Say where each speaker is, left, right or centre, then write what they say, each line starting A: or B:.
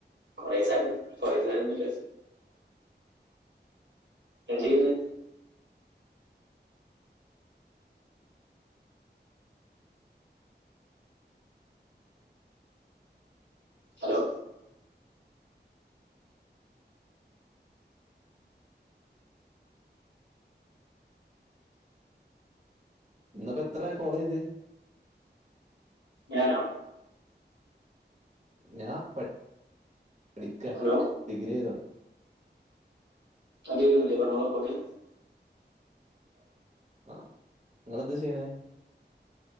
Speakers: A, on the right; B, on the right.
A: കൊറേസാന്നു കൊറേ ഇല്ലായിരുന്നെല്ലാ എന്ത്‌ ചെയ്യ്ന്ന്? ഹലോ
B: ഇന്നപ്പത്ര കോളേയ്ത്?
A: ഞാനോ?
B: ഞാൻ പ ഠിക്ക
A: ഹലോ
B: ഡിഗ്രി ചെയ്തോ
A: ആ കേക്കുന്നില്ലെ പറഞ്ഞോളൂ ഒക്കെ.
B: ആ നിങ്ങളെന്താ ചെയ്യണേ?